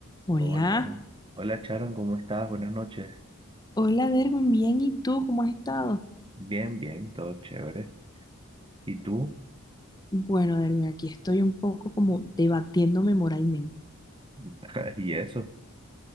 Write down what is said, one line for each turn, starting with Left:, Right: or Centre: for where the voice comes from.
Left: Hola,
Right: Hola, hola Charon, ¿cómo estás? Buenas noches.
Left: hola Derwin, bien, ¿y tú cómo has estado?
Right: Bien, bien, todo chévere. ¿Y tú?
Left: Bueno, Derwin, aquí estoy un poco como debatiéndome moralmente.
Right: <laughs> ¿Y eso?